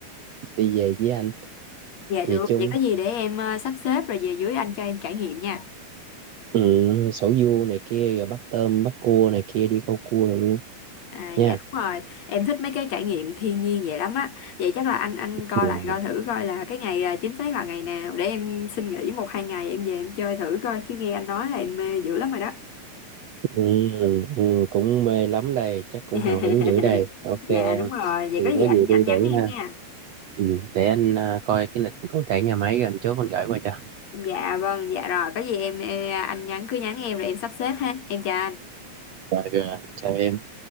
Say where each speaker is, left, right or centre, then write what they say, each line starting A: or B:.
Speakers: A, on the right; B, on the left.
A: đi về với anh
B: Dạ
A: về
B: được,
A: chung
B: vậy có gì để em ờ, sắp xếp rồi về dưới anh cho em trải nghiệm nha.
A: ừ, sầu riêu này kia rồi bắt tôm bắt cua này kia đi câu cua rồi luôn
B: À,
A: nha
B: dạ đúng rồi, em thích mấy cái trải nghiệm thiên nhiên vậy lắm á. Vậy chắc là anh anh coi
A: ừ,
B: lại coi thử coi là cái ngày ờ, chính xác là ngày nào để em xin nghỉ một hai ngày em về em chơi thử coi chứ nghe anh nói là em mê dữ lắm rồi đó.
A: ừ, ừ, cũng mê lắm đây chắc cũng
B: <laughs>
A: hào hứng dữ đây ok
B: Dạ
A: em
B: đúng rồi, vậy
A: thì
B: có gì
A: có
B: anh
A: gì
B: anh
A: tôi
B: nhắn
A: để
B: em
A: ha
B: nha.
A: ừ, để anh à, coi cái lịch cụ thể nhà máy rồi anh chốt anh gửi qua cho
B: dạ vâng dạ rồi có gì em, em anh nhắn cứ nhắn em rồi em sắp xếp ha em chào anh
A: rồi rồi chào em